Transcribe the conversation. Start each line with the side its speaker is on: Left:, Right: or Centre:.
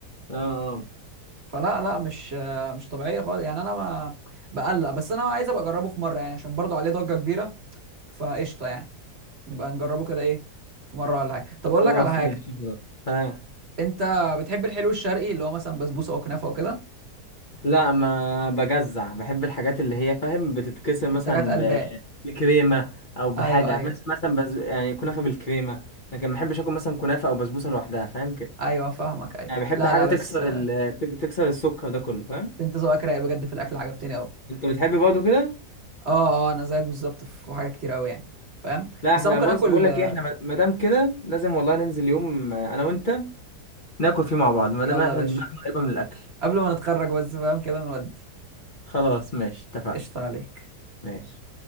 Left: اه اه
Right: فلا لا مش مش طبيعيه خالص يعني انا ما بقلق بس انا عايز ابقى اجربه في مره يعني عشان برضو عليه ضجه كبيره فقشطه يعني نبقى نجربه كده ايه في مره ولا حاجه طب اقول
Left: خلاص
Right: لك على حاجه
Left: ماشي خلاص آه.
Right: انت بتحب الحلو الشرقي اللي هو مثلا بسبوسه وكنافه وكده
Left: لا ما بجزع بحب الحاجات اللي هي فاهم بتتكسر مثلا
Right: منتجات قلبان
Left: ب- بكريمة او بحاجة
Right: ايوه ايوه
Left: مثلا مثلا بز... يعني كنافة بالكريمة لكن ما بحبش اكل مثلا كنافة او بسبوسة لوحدها فاهم كده
Right: ايوه فاهمك ايوه
Left: يعني بحب
Right: لا
Left: حاجة
Right: لا بس
Left: تكسر
Right: آه،
Left: ال... تك- تكسر السكر ده كله فاهم
Right: انت ذوقك رايق بجد في الاكل عجبتني قوي
Left: انت بتحب برضه كده
Right: اه اه انا زيك بالظبط في حاجه كتير قوي يعني فاهم
Left: لا
Right: بس
Left: احنا
Right: انا ممكن
Left: بص
Right: اكل
Left: بقول لك
Right: آه،
Left: ايه احنا ما ما دام كده لازم والله ننزل يوم آه، انا وانت ناكل فيه مع بعض ما
Right: يلا
Left: دام احنا
Right: يا باشا
Left: دماغنا قريبة من الاكل
Right: قبل ما نتخرج بس فاهم كده نودي
Left: خلاص ماشي اتفقنا
Right: قشطه عليك
Left: ماشي